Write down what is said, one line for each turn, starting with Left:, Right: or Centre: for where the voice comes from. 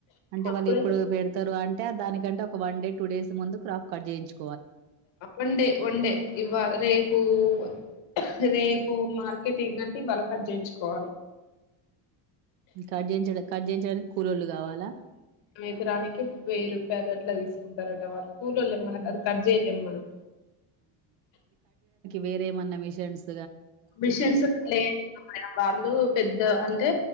Right: అంటే
Left: అప్పుడే
Right: వాళ్ళు ఇప్పుడు పెత ారు అంటే దనికంటే ఒక వన్ డే టూ డేస్ ముందు క్రాప్ కాట్ చేయోచు
Left: ఉండే ఉండే ఇవా రేపు పు రేపు మార్కెటింగ్ అంటే ఇవాళ కట్ చేయించుకోవాలి
Right: కడ్జంచడం కడ్ చేయించడానికి కూలొల్లు కావాలా
Left: ఎగరానికి వెయ్యి రూపాయలు అట్లా తీసుకుంటారట వాళ్ళు కూకూల్ళ్ళలే మన‌ం
Right: ఆ!
Left: అది కట్ చేయలేం మనం
Right: వేరేమన్నా విషన్స్
Left: మిషన్స్ లేని మేడం వాళ్ళు పెద్ద అంటే